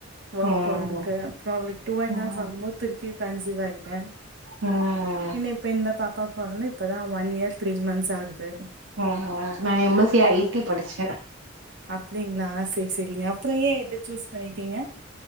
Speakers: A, on the right; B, on the right.
A: வோர்க்
B: ம்
A: போறதுக்கு அப்றோ அவளுக் டூ அண்ட்
B: ம்
A: ஹாஃப் ஆகும்போது திருப்பியு கன்சிவாயிட்ட
B: ம்
A: இன்ன இப்ப இந்த பாப்பா போனோனே இப்பதா ஒன் இயர் த்ரீ மந்ஸ் ஆகுது
B: ஒ ஒ நா M S C I T படிச்ச
A: அப்பிடிங்களா சேரி சேரிங்க அப்புறோ ஏ இத சூஸ் பண்ணிட்டீங்க